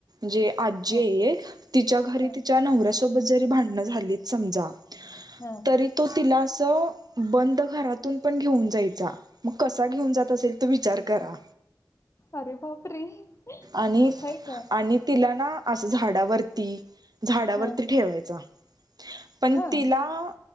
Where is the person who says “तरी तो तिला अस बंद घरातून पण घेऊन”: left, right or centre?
Right